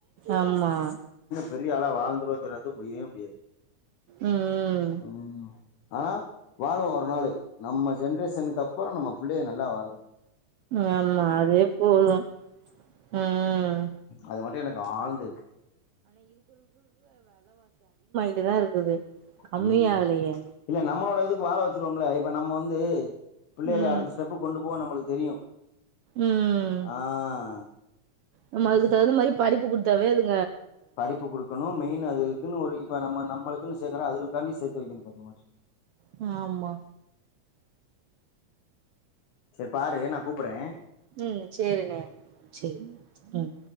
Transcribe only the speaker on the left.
பெரியாளா வாழ்ந்துவன் சொல்றது முடியவே முடியாது
உம் ஆனா வாழுவோம் ஒரு நாளு நம்ம ஜென்ரேஷனுக்கு அப்புறம் நம்ம பிள்ளைய நல்லா வாழனும்
அது எனக்கு ஆழ்ந்து இருக்கு
ஹும் இல்ல நம்மோ இப்ப இதுக் வாழ வச்சுருவோம்ல இப்ப நம்ம வந்து பிள்ளைய
அடுத்த ஸ்டெப்புக் கொண்டு போ நம்மளுக்கு தெரியும்
ஆஹ்
படிப்புக் குடுக்கணும் மெயின் அதுக்குன்னு ஒரு இப்ப நம்ம நம்மளுக்குன்னு சேக்கரோம் அதுகளுக் காண்டி சேர்த்து வைக்கணும் கொஞ்சமாச்சு
செர் பாரு நான் கூப்புறேன்